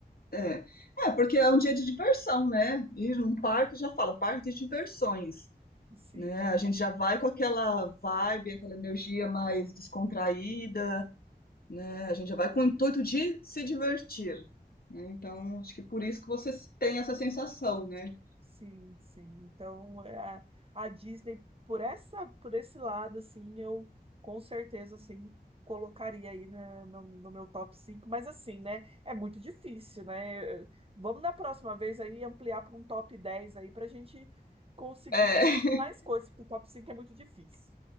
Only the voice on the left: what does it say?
É, é, porque é um dia de diversão, né? Ir num parque já fala, parque de diversões,
né? A gente já vai com aquela vibe, aquela energia mais descontraída, né? A gente já vai com o intuito de se divertir, né? Então, acho que por isso que vocês têm essa sensação, né?
É, <laughs>